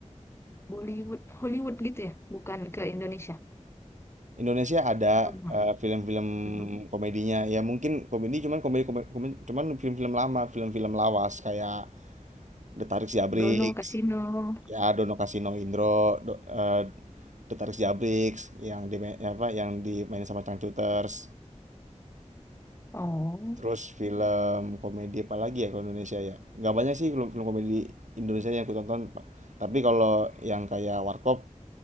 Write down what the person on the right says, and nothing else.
Indonesia ada,
eee, film-film
komedinya, ya mungkin komedi cuman komedi kome komen cuman film-film lama, film-film lawas kayak Detarik Siabrix,
ya Dono Kasino Indro, do eee, Detarik Siabrix yang di ya, apa, yang dimainin sama Changcuters.
Terus film komedi apa lagi ya kalau Indonesia ya? Nggak banyak sih film-film komedi Indonesia yang aku tonton, pa tapi kalau yang kayak Warkop